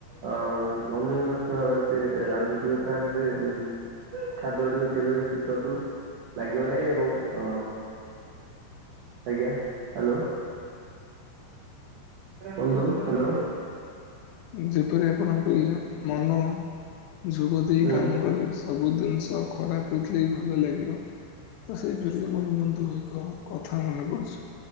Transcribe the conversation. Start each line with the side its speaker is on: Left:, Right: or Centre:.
Right: ଅ ଅନ୍ୟମନସ୍କ ଭାବରେ ସେ ରାନ୍ଧୁଥିବେ ତା ହେଲେ ସେ ଉ ଖାଦ୍ୟ ଗୁଡ଼ିକ କେବେ ବି ସୁସ୍ୱାଦୁ ଲାଗିବ ନାହିଁ ଏବଂ ଅ ଆଜ୍ଞା ହାଲୋ। ବନ୍ଧୁ ହାଲୋ।
Left: ଯେପରି ଆପଣଙ୍କ ଇଏ ମନ ଯୋଗ ଦେଇ
Right: ହୁଁ
Left: କାମ କଲେ ସବୁ ଜିନିଷ ଖରାପ ହୋଇଥିଲେ ବି ଭଲ ଲାଗିବ। ତ ସେଇପରି ମୋର ବନ୍ଧୁ ଏକ କଥା ମନେ ପଡିୁଚି